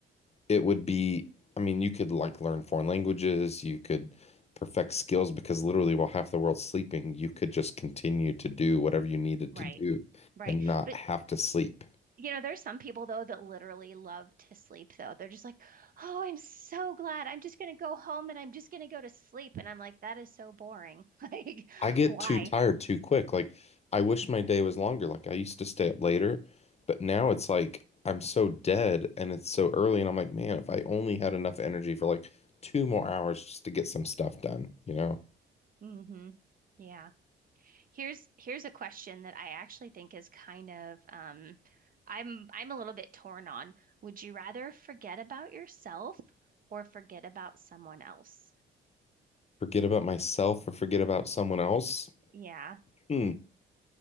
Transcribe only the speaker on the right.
right,
right.
But
you know, there's some people though that literally love to sleep though. They're just like, oh, I'm so glad. I'm just gonna go home and I'm just gonna go to sleep. And I'm like, that is so boring. <laughs> Like,
why?
hmm Yeah. Here's here's a question that I actually think is kind of um, I'm I'm a little bit torn on. Would you rather forget about yourself or forget about someone else?
Yeah,